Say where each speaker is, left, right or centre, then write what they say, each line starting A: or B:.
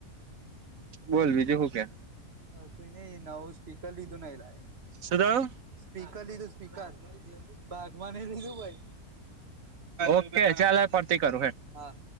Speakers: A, on the right; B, on the right.
A: બોલ બીજું શું કે.
B: હ સુું નઈ નવું સ્પીકર લીધું ન લે.
A: શું થયું
B: સ્પીકર લીધું સ્પીકર બાગમાંને લીધું ભાઈ.
A: ઓકે ચલે પરતી કરું હે
B: હા